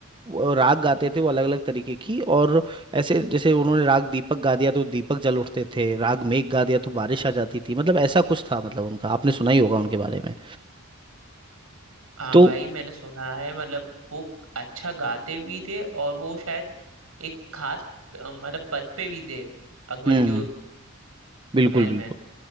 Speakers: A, on the right (about 20°); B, on the right (about 85°).
A: वो राग गाते थे वो अलग अलग तरीके की और ऐसे जैसे उन्होंने राग दीपक गा दिया तो दीपक जल उठते थे राग मेघ गा दिया तो बारिश आ जाती थी मतलब ऐसा कुछ था मतलब उनका आपने सुना ही होगा उनके बारे में
B: हाँ
A: तो
B: भाई मैंने सुना है मतलब वो अच्छा गाते भी थे और वो शायद एक खास अ, मतलब पद पे भी थे अकबर
A: हम्म
B: के उ-
A: बिल्कुल
B: महल
A: बिल्कुल
B: में